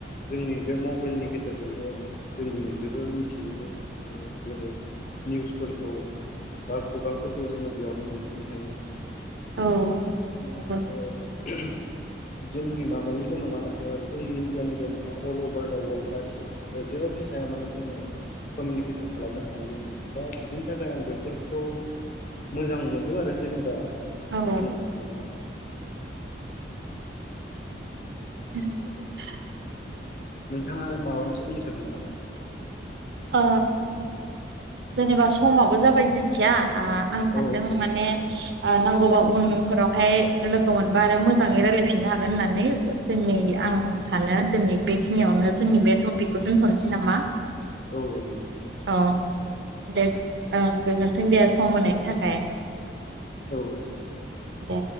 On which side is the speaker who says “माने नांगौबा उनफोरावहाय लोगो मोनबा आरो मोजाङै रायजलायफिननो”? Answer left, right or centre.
Right